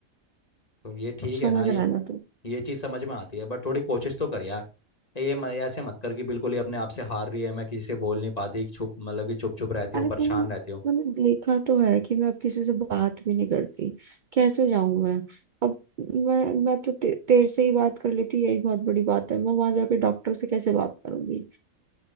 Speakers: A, on the left (about 30°); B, on the right (about 55°).
A: तो ये ठीक
B: समझ
A: है ना ये
B: रहा है ना
A: ये चीज़ समझ में आती है बट थोड़ी कोशिश तो कर यार ये म- ऐसे मत कर कि बिल्कुल ही अपने आप से हार रही है मैं किसी से बोल नहीं पाती चुप मतलब कि चुप चुप रहती
B: अरे
A: हूँ परेशान
B: वो
A: रहती हूँ
B: मैंने देखा तो है कि मैं अब किसी से बात भी नहीं करती कैसे जाऊं मैं अब मैं मैं तो ते, तेरे से ही बात कर लेती यही बहुत बड़ी बात है मैं वहां जाके डॉक्टर से कैसे बात करूंगी